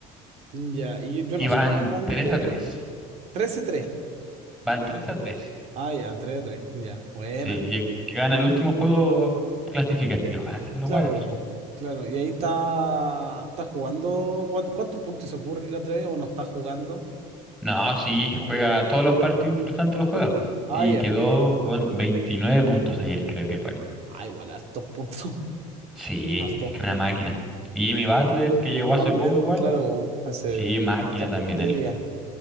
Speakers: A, on the right; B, in the centre.
A: Ya, y yo, yo
B: Y
A: no
B: van
A: sé cómo van
B: tres
A: los Warriors.
B: a tres
A: trece tres.
B: Van tres a tres
A: Ah, ya, 3 a 3, ya, buena.
B: Sí, y el que gana el último juego clasifica, así que ojalá se los
A: Claro,
B: Warriors.
A: claro. Y ahí está, está jugando. ¿cuán- ¿Cuántos puntos hizo Curry la 3 o no está jugando?
B: No, sí, juega todos los partidos importantes los juegas.
A: Ah,
B: Y
A: ya.
B: quedó con 29 puntos ayer, creo que fueron.
A: Ah, igual, hartos puntos. <laughs>
B: Sí,
A: Hartos
B: es que
A: puntos.
B: una máquina. Y Jimmy Butler, que
A: Y
B: llegó
A: Vander,
B: hace poco igual.
A: claro, ese
B: Sí, máquina
A: fichaje
B: también
A: estrella.
B: él.